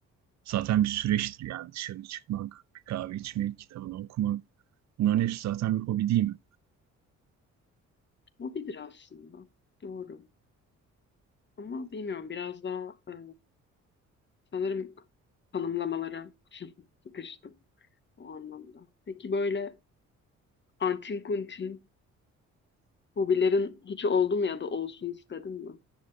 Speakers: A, on the right; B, on the left.
A: zaten bir süreçtir yani dışarı çıkmak, bir kahve içmek, kitabını okumak. Bunların hepsi zaten bir hobi değil mi?
B: Hobidir aslında. Doğru. Ama bilmiyorum biraz daha e, sanırım tanımlamalara <laughs> sıkıştım o anlamda. Peki böyle antin kuntin Hobilerin hiç oldu mu ya da olsun istedin mi?